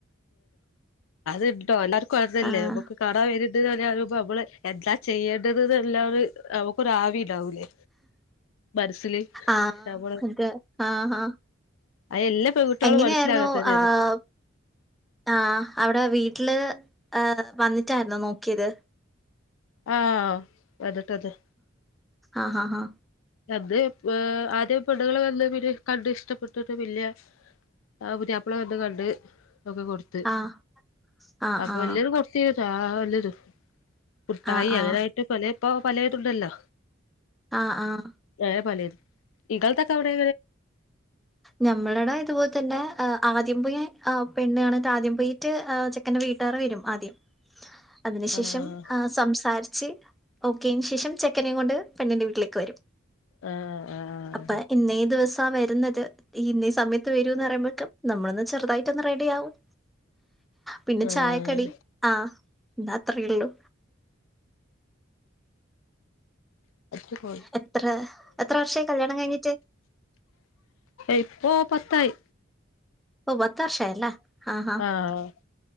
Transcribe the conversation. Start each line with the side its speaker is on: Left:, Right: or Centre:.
Left: അത്ണ്ടോ എല്ലാർക്കും അങ്ങനെല്ലേ
Centre: ആഹ്.
Left: കാണാൻ വരണ്ട് നമ്മള് എന്താ ചെയ്യേണ്ടത് എന്നുള്ളത് ഒരു ആവി ഉണ്ടാവൂലേ മനസ്സിൽ
Centre: ആഹ്
Left: നമ്മൾ
Centre: അതെ. ആഹ് ആഹ്.
Left: അത് എല്ലാ പെൺകുട്ടികളും
Centre: എങ്ങനെയായിരുന്നു
Left: മനസ്സിലാകാത്തത്ത്
Centre: ആഹ് ആഹ് അവിടെ വീട്ടില് വന്നിട്ടായിുന്ന നോക്കിയത്
Left: ആഹ് വന്നിട്ടെന്നെ
Centre: ആഹ് ഹ ഹ
Left: അത് ഏഹ് ആദ്യം പെണ്ണുങ്ങൾ വന്ന് പിന്നെ കണ്ട് ഇഷ്ടപ്പെട്ടിട്ട് പിന്നെ ആഹ് പുതിയാപ്പള വന്ന് കണ്ട് ഒക്കെ കൊടുത്ത്
Centre: ആഹ്. ആഹ്
Left: അപ്പൊ
Centre: ആഹ്.
Left: എല്ലരും കൊടു തീത വല്ലത് കുട്ടായി
Centre: ആഹ് ആഹ്.
Left: അങ്ങനായിട്ട് പല ഇപ്പോ പലതുണ്ടല്ലോ
Centre: ആഹ് ആഹ്
Left: ഏഹ് പറല ഇകൾ തക്കവിടെ
Centre: ഞമ്മടെ ആടെ ഇതുപോലെ തന്നെ ആദ്യം പൊയി പെണ്ണണ്ണും എന്നട്ട് ആദ്യം പൊയി ചെക്കന്റെ വീട്ടാർ വരും ആദ്യം അതിന് ശേഷം
Left: ആഹ്
Centre: സംസാരി ച് ഓക്കേ ആയെന് ശേഷം ചെക്കനെയും കൊണ്ട് പെണ്ണിന്റെ വീട്ടിലേക്ക് വരും
Left: ആഹ് ആഹ്
Centre: അപ്പൊ ഇന്നേ ദിവസ വെ വരുന്നത് ഇന്നീ സമയത്ത് വരൂന്ന് പറയുമ്പോക്കെ നമ്മളൊന്ന് ചെറുതായിട്ടൊന്ന് റെഡി ആവും പിന്നെ
Left: ആഹ്
Centre: ചായക്കടി ആഹ് എന്താ അത്രേള്ളു
Left: <unintelligible>
Centre: എത്ര എത്ര വർഷായി കല്യാണം കഴിഞ്ഞിട്ട്
Left: ഇപ്പോ പത്തായി
Centre: ഓഹ് പത്ത് വർഷായി അല്ലേ ആഹ് ആഹ്
Left: ആഹ്